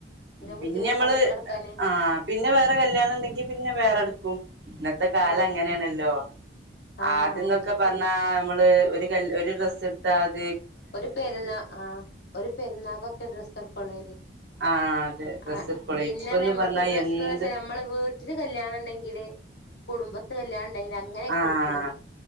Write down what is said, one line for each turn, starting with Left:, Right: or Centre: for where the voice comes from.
Left: പിന്നെ
Right: പിന്നമ്മള്
Left: ബുദ്ധിമുട്ടാണ് ഇട്ടെടുക്കാന്
Right: ആ പിന്നെ വേറെ കല്യാണം ഉണ്ടെങ്കി പിന്നെ വേറെ ന്ന്ക്കും ഇന്നത്തെ കാലങ്ങനേണല്ലോ
Left: ആ ആ
Right: ആദ്യന്നൊക്കെ
Left: അങ്ങന്നെ
Right: പറ്ഞ്ഞാ ഞമ്മള് വെ കെ ൽ ഒര് ഡ്രസ് എട്ത്താ ത്
Left: ഒരു പെരുന്നാ ആഹ് ഒരു പെരുന്നാക്കൊക്കേ ഡ്രസ്സ് എടുക്കോള്ളേനി
Right: ആഹ് അതെ ഡ്രസ്സ്
Left: ആ
Right: എടുക്കുള്ളൂ
Left: പിന്നെ
Right: ഇപ്പൊന്ന്
Left: ഞമ്മക്ക്
Right: പറഞ്ഞാ
Left: ഡ്രസ്സ്
Right: എന്ത്
Left: വെച്ചാ ഞമ്മളെ വീട്ടില് കല്യാണം ണ്ടെങ്കി യില് കുടുംബ കല്യാണം ണ്ടെങ്കില് അങ്ങനെപ്പൊ
Right: ആഹ്
Left: എടുകുളു